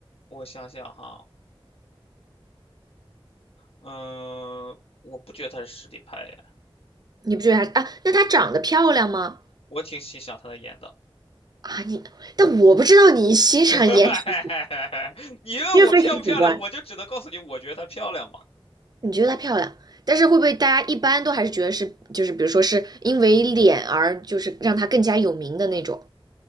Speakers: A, on the left; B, on the right.
A: 我想想哈，嗯，我不觉得他是实力派呀，
B: 你不觉得他啊？那他长得漂亮吗？
A: 我挺欣赏他的演的。
B: 啊，你，但我不知道你欣赏颜值，
A: <laughs> 你问我漂不漂亮，
B: 因为非常主观。
A: 我就只能告诉你，我觉得她漂亮嘛。
B: 你觉得她漂亮，但是会不会大家一般都还是觉得是，就是比如说是因为脸而就是让她更加有名的那种？